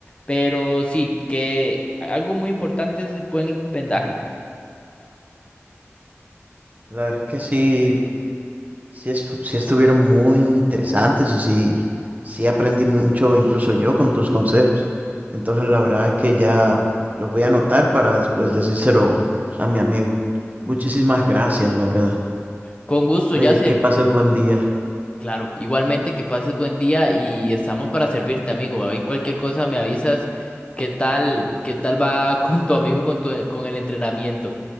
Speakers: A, on the left; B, on the right.
A: Pero sí, que algo muy importante es el buen vendaje.
B: La verdad es que sí, sí, es- sí estuvieron muy interesantes y sí, sí aprendí mucho incluso yo con tus consejos. Entonces la verdad es que ya los voy a anotar para después decírselo a mi amigo. Muchísimas gracias, la verdad.
A: Con gusto, Yasser.
B: Eh, que pases buen día.
A: Claro, igualmente que pases buen día y estamos para servirte, amigo. Ahí cualquier cosa me avisas qué tal, qué tal va <laughs> con tu amigo, con tu, con el entrenamiento.